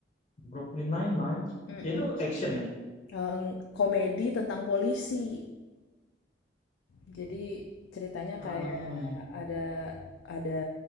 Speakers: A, on the left; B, on the left.
A: Brooklyn Nine-Nine
B: Mm-mm.
A: itu action ya?
B: Eh, komedi tentang polisi. Jadi ceritanya kayak
A: Ah,
B: ada ada